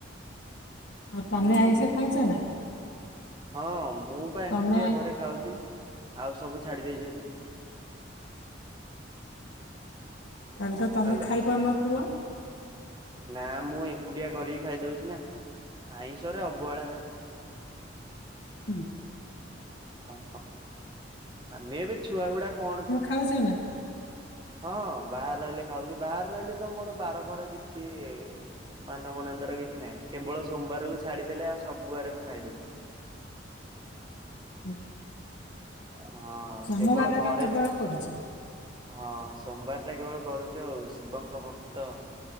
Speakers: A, on the left (about 70°); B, on the right (about 25°).
A: ତମେ
B: ନୁହେଁ
A: ଆଇଁଷ
B: କି?
A: ଖାଉଛ ନା?
B: ହଁ ମୁଁ ପା ଏଙ୍କୁଟିଆ
A: ତମେ ଆଇଁ
B: ଘରେ ଖାଉଚି ଆଉ ସବୁ ଛାଡି ଦେଇେଇଚନ୍ତି।
A: ତାହେଲେ ତମେ
B: ହ୍ୟାଲୋ
A: ଖାଇପାରୁନଥୁବ?
B: ନା ମୁଁ ଏକୁଟିଆ କରିକି ଖାଇଦଉଚି ନା ଆଇଁଷ ରେ ଅବହେଳା ନାହିଁ।
A: ହୁଁ।
B: ହଁ ଆ ମେ ଏବେ ଛୁଆ ଗୁଡା କଣ ଅଛି।
A: ଖାଉଚ ନା?
B: ହଁ ବାହାରେ ରହିଲେ ଖାଉଛି ବାହାରେ ରହିଲେ ତ ମୋର ବାର ଫାର କିଛି ମାନ ମନାନ୍ତର କିଛି ନାହିଁ କେବଳ ସୋବାରକୁ ଛାଡିଦେଲେ ଆଉ ସବୁଆରେ ମୁଁ ଖାଇଦଉଛି।
A: ହୁଁ।
B: ହଁ
A: ସୋମବାର
B: କେବଳ ଘରେ
A: ଟା କେବଳ କରୁଚ?
B: ହଁ ସୋମବାର ଟା କେବଳ କରୁଚୁ ଆଉ ଶିବଙ୍କ ଭକ୍ତ।